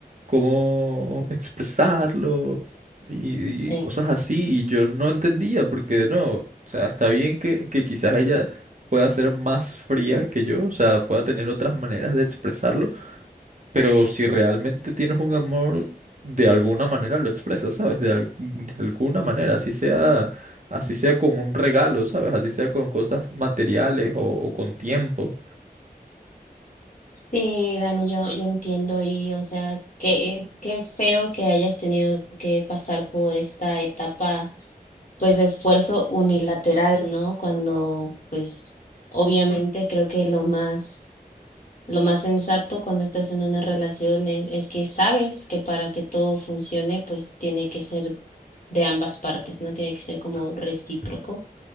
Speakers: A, on the right (about 50°); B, on the left (about 55°).
A: cómo expresarlo y,
B: Sí.
A: y cosas así. Y yo no entendía, porque no, o sea, está bien que, que quizás ella pueda ser más fría que yo, o sea, pueda tener otras maneras de expresarlo pero si realmente tienes un amor, de alguna manera lo expresas, ¿sabes? De, al- de alguna manera, así sea, así sea con un regalo, ¿sabes? Así sea con cosas materiales o, o con tiempo.
B: Sí, Dani, yo, yo entiendo y, o sea, qué, qué feo que hayas tenido que pasar por esta etapa, pues, de esfuerzo unilateral, ¿no? Cuando, pues, obviamente creo que lo más, lo más sensato cuando estás en una relación es, es que sabes que para que todo funcione, pues, tiene que ser de ambas partes, ¿no? Tiene que ser como recíproco.